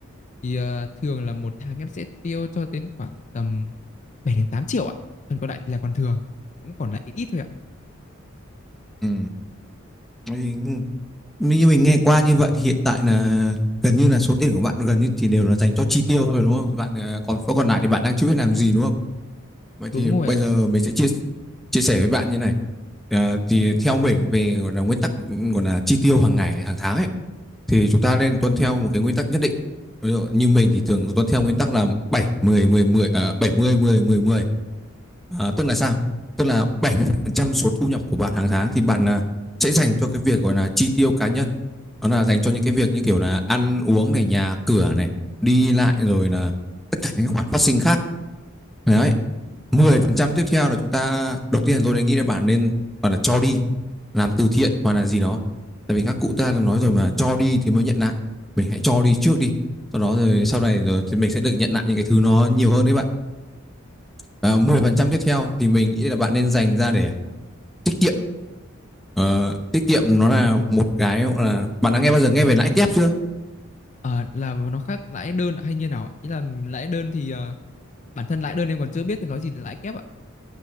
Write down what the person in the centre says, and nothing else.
Ừ. Bởi Vì như mình nghe qua như vậy thì hiện tại là gần như là số tiền của bạn gần như chỉ đều là dành cho chi tiêu thôi đúng không? Bạn ờ, còn còn lại thì bạn đang chưa biết làm gì đúng không? Vậy
thì
bây
giờ mình sẽ chia chia sẻ với bạn như này. Ờ, thì theo mình về gọi là nguyên tắc gọi là chi tiêu hàng ngày, hàng tháng ấy thì chúng ta nên tuân theo một cái nguyên tắc nhất định. Ví dụ như mình thì thường tuân theo nguyên tắc là bảy mười mười mười à, bảy mươi mười mười mười À, tức là sao? Tức là 70% số thu nhập của bạn hàng tháng thì bạn là sẽ dành cho cái việc gọi là chi tiêu cá nhân. Đó là dành cho những cái việc như kiểu là ăn uống này, nhà cửa này, đi lại rồi là tất cả những khoản phát sinh khác. Đấy, 10% tiếp theo là chúng ta đầu tiên tôi đã nghĩ là bạn nên bạn là cho đi làm từ thiện hoặc là gì đó tại vì các cụ ta đã nói rồi mà cho đi thì mới nhận lại mình hãy cho đi trước đi sau đó rồi sau này rồi thì mình sẽ được nhận lại những cái thứ nó nhiều hơn đấy bạn à, mười phần trăm tiếp theo thì mình nghĩ là bạn nên dành ra để tiết kiệm Ờ, tiết kiệm nó là một cái là bạn đã nghe bao giờ nghe về lãi kép chưa